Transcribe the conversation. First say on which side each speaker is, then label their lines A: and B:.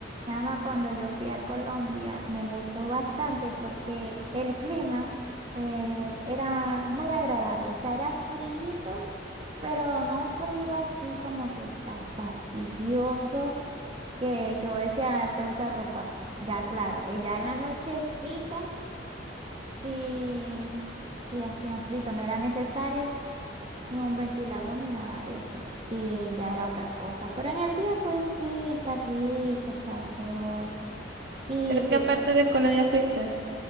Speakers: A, on the right (about 30°); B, on the right (about 60°).
A: Chama, cuando yo fui a Colombia me gustó bastante porque el clima eh, era muy agradable, o sea, era frío, pero no un frío así como que tan fastidioso que, que vos decías, "Ah, tengo que arroparme. Ya, claro, eh, ya en la nochecita, sí sí hacía un frito, no era necesario ni un ventilador ni nada de eso, sí ya era otra cosa, pero en el día pues así, estar rico, sabroso. Y,
B: Pero qué
A: y-
B: parte de cola ya fuiste.